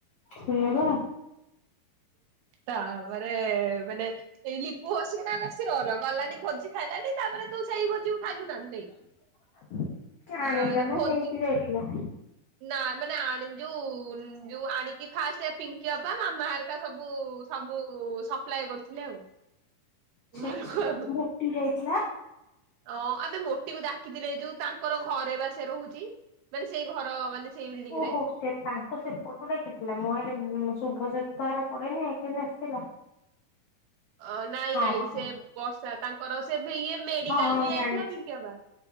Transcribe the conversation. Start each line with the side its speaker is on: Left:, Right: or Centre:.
Left: ସେ ବା
Right: ତାପରେ ମାନେ ଏଇ ଲିପୁ ହସିକ ନା ବେଶୀ ର ଗଲାନି ଭୋଜି ଖାଇଲାନି ତାପରେ ତୁ ସେଇ ଭୋଜିକୁ ଖାଇଲୁ ନା ନାଇଁ
Left: <inaudible> ଆଣିଲା
Right: ଆରେ
Left: ନା
Right: ଭୋଜି
Left: ନେଇକି ଯାଇଥିଲା।
Right: ନା ମାନେ ଆ ଯୋଉ ଯୋଉ ଆଣିକି ଫାର୍ଷ୍ଟ ପିଙ୍କି ବା ମାମା ହେରିକା ସବୁ ସବୁ ସପ୍ଲାଏ କରୁଥିଲେ ଆଉ।
Left: ଛି
Right: ଘରକୁ
Left: ଛି
Right: ଆଉ
Left: ମୋଟି ଯାଇଥିଲା।
Right: ଅ ଆମେ ମୋଟିକୁ ଡକିଥିଲେ ଯୋଉ ତାଙ୍କର ଘରେ ବା ସେ ରହୁଛି। ମାନେ ସେଇ ଘର ମାନେ ସେଇ ବିଲ୍ଡିଂ
Left: ଓହୋ
Right: ରେ
Left: ସେ ତାଙ୍କ ସେ ପଟୁ ଡାକିଥିଲା। ମୁ ଭାବିଲି ଶୁଭ ସହିତ ତାର ପଡେଇନି କେମିତି ଆସିଥିଲା।
Right: ଅ ନାଇଁ
Left: ହଁ
Right: ନାଇଁ
Left: ହଁ।
Right: ସେ ବର୍ଷା ତାଙ୍କର ସେ ଇଏ ମେଡିକାଲ
Left: ହଁ ହଁ
Right: ବି
Left: ମୁଁ
Right: ଯାଇଥିଲା
Left: ଜାଣିଛି
Right: ପିଙ୍କିଅବା।